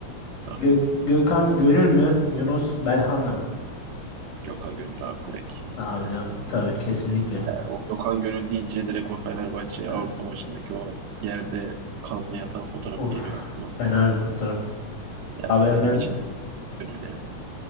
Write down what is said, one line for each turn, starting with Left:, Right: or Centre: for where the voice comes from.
Right: Tabii.
Left: Gök Gökhan Gönül mü? Yunus Belhanda mı?
Right: Gökhan Gönül abi direkt.
Left: Abi
Right: Yani
Left: de tabii kesinlikle.
Right: o Gökhan Gönül deyince direkt o Fenerbahçe
Left: Hı.
Right: Avrupa maçındaki o yerde kanlı yatan fotoğrafı
Left: Of
Right: geliyor aklıma.
Left: fena bir fotoğraf.
Right: Ya
Left: Abi hemen
Right: benim için gönül yani.